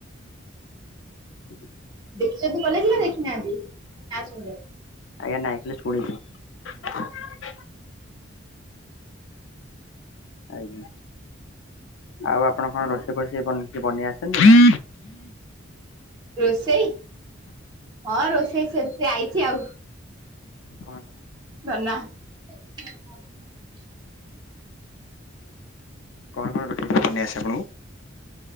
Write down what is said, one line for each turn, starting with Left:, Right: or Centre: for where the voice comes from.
Left: <unintelligible>
Right: ଦେଖିଛନ୍ତି କଲେଜ ନା ଦେଖିନାହାନ୍ତି ନା ଶୁଣିଲେ
Left: ଆଜ୍ଞ ନାଇ ଖାଲି ଶୁଣିଛି। ଆଜ୍ଞା। ଆଉ ଆପଣ କଣ ରୋଷେଇ ଫୋଷେଇ ବନେ କିଛି ବନେଇଆସେନି?
Right: ରୋଷେଇ ହଁ ରୋଷେଇ ସେମତି ଆଇଛି ଆଉ।
Left: କଣ?
Right: ଧନା। <unintelligible>
Left: କଣ କଣ ରୋଷେଇ ସବୁ ବନେଇ ଆସେ ସବୁ ଆପଣଙ୍କୁ?